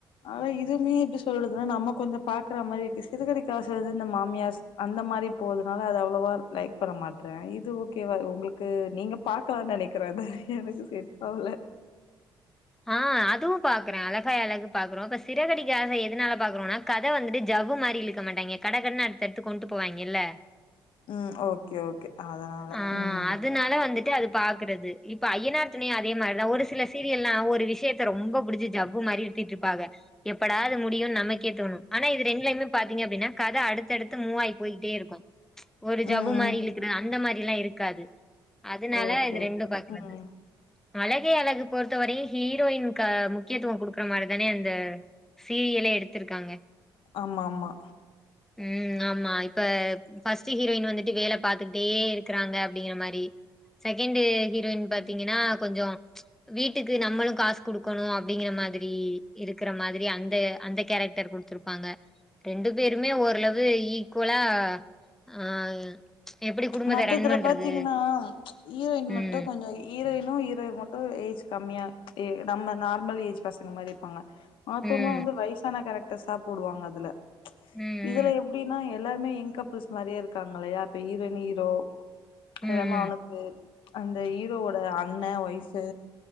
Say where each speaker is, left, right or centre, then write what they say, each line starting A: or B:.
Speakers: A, on the left (about 75°); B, in the centre.
A: அதா இதுமே இப்டி சொல்றது நம்ம கொஞ்சோ பாக்கற மாரி இருக்கு சிறகடிக்க ஆசை இந்த மாமியார்ஸ் அந்த மாரி போதுனால அது அவ்ளவா லைக் பண்ண மாட்றேன் இது ஓகேவா ஒங்களுக்கு நீங்க பாக்கலானு நெனைக்கற அது எனக்கு செட் ஆவுல
B: ஆ அதுவு பா க்றே அழகாய் அழகு பாக்ரோ இப்ப சிறகடிக்க ஆசை எதுனால பாக்ரோம்னா கத வந்துட்டு ஜவ்வு மாரி இழுக்க மாட்டாய்ங்க கட கடனு தெட்டு கொண்டு போவாய்ங்கல்ல
A: ம் ஓகே ஓகே அதனால
B: ஆ
A: ம்
B: அதுனால வந்துட்டு அது பா க்றது இப்ப ஐய்யனார் துணை அதே மாரிதா ஒரு சில சீரியல்லா ஒரு விஷயத்த ரொம்ப புடிச்சி ஜவ்வு மாரி இழுத்துட்ருப்பாக எப்படா அது முடியுனு நமக்கே தோணு ஆனா இது ரெண்லயுமே பாத்தீங்க அப்டின்னா கத அடுத்தடுத்து மூவாயி போயிட்டே இருக்கு ஒரு ஜவ்வு
A: ம்
B: மாரி இழுக்கிற அந்த மாரிலா இருக்காது அதுனால
A: ஓகே
B: இது
A: ஓகே
B: ரெண்டும் பாக்குறது
A: ம்
B: அழகே அழகு பொறுத்த வரையு ஹீரோயின்கு முக்கியத்துவோ குடுக்குற மாதி தானே அந்த சீரியலே எடுத்திருக்காங்க
A: ஆமா ஆமா
B: ம் ஆமா இப்ப பர்ஸ்ட் ஹீரோயின் வந்துட்டு வேல பாத் துக்ட்டே இருக்கிறாங்க அப்டிங்கிற மாரி செகண்ட் ஹீரோயின் பாத்தீங்கன்னா கொஞ்சோ வீட்டுக்கு நம்மளு காஸ் குடுக்கணு அப்டிங்கற மாதிரி இருக்கிற மாதிரி அந்த அந்த கேரக்டர் குடுத்துரு ப்பாங்க ரெண்டு பேருமே ஓரளவு ஈக்குவலா ஆ எப்டி குடும்பத்த
A: மத்தத்துல
B: ரன் பண்றது.
A: பாத்தீங்கன்னா ஈரோயின் மட்டு
B: ம்.
A: கொஞ்சோ ஈரோயினும் ஈரோ மட்டு ஏஜ் கம்மியா நம்ம நார்மல் ஏஜ் பசங்க மாரி இருப்பாங்க மத்தோங்ளா
B: ம்.
A: வந்து வயசான கேரக்டர்ஸா போடுவாங்க அதுல
B: ம்
A: இதுல எப்டின்னா எல்லாருமே யங் கப்பிள்ஸ் மாறியே இருக்காங்க இல்லயா இப்ப ஈரோயுன் ஈரோ அது
B: ம்.
A: இல்லாம அவனுக்கு அந்த ஈரோவோட அண்ணே வைஃப்பு